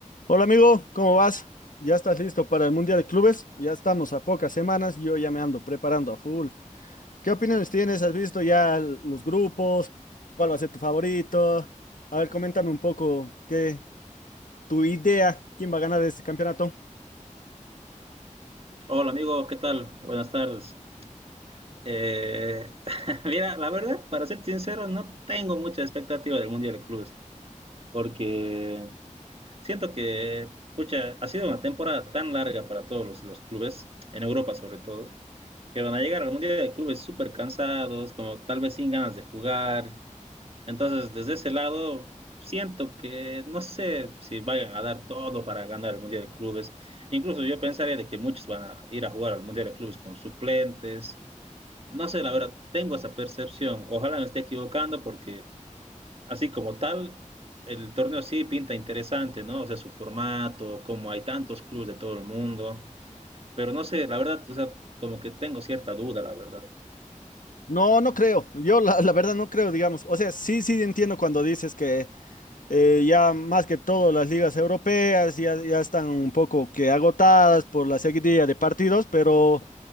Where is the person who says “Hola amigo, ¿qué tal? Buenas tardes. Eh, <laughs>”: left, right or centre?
Right